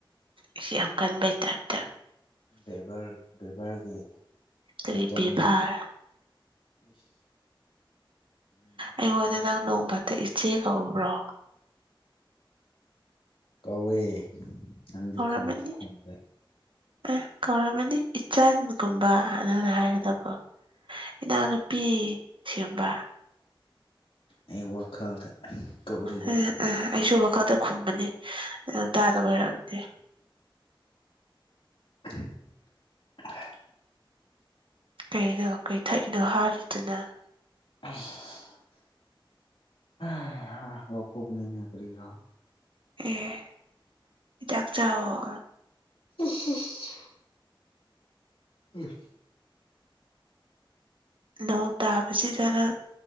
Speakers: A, on the right; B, on the left.
A: ꯑꯁꯤ ꯌꯥꯝ ꯀꯟꯕꯩ ꯇꯥꯏꯞꯇ
B: ꯕꯤꯕꯥꯔ ꯕꯦꯕꯥꯔꯒꯤ
A: ꯀꯔꯤ
B: ꯃꯇꯨꯡ
A: ꯕꯦꯕꯥꯔ
B: <unintelligible> ꯃꯤꯑꯣꯏꯕꯁꯦ
A: ꯑꯩꯉꯣꯟꯗ ꯅꯪ ꯅꯣꯡꯃꯇ ꯏꯆꯦ ꯀꯧꯕ꯭ꯔꯣ
B: ꯀꯧꯋꯦ ꯅꯪꯗꯤ
A: ꯀꯧꯔꯥꯝꯃꯥꯅꯤ
B: ꯈꯨꯝꯁꯨ ꯈꯨꯝꯗꯦ
A: ꯑꯦ ꯀꯧꯔꯝꯃꯅꯤ ꯏꯆꯟꯒꯨꯝꯕ ꯅꯪꯅ ꯍꯥꯏꯒꯗꯕ ꯏꯅꯥꯎꯅꯨꯄꯤ ꯁꯤꯒꯨꯝꯕ
B: ꯑꯩ ꯋꯥꯈꯜꯗꯥ ꯀꯧꯔꯤꯕ
A: ꯑ ꯑ ꯑꯩꯁꯨ ꯋꯥꯈꯜꯗ ꯈꯨꯝꯕꯅꯤ ꯅꯪ ꯇꯥꯗꯕ ꯑꯣꯏꯔꯝꯅꯤ
B: <unintelligible>
A: ꯀꯩꯅꯣ ꯀꯩ ꯊꯛꯏꯅꯣ ꯍꯥꯔꯤꯗꯨꯅ ꯫
B: ꯏꯁ ꯂꯣꯛ ꯈꯨꯕꯅꯤꯅꯦ ꯀꯔꯤꯔꯥ
A: ꯑꯦ ꯍꯤꯗꯛ ꯆꯥꯎꯌꯣ
B: <unintelligible> <unintelligible>
A: ꯅꯣꯡ ꯇꯥꯕꯁꯤꯗꯅ